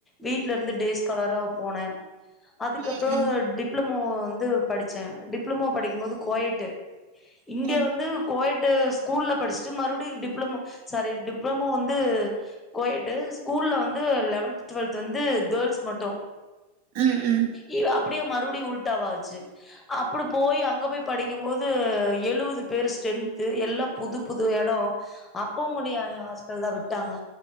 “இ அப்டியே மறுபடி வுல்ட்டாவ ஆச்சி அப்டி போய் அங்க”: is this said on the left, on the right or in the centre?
Left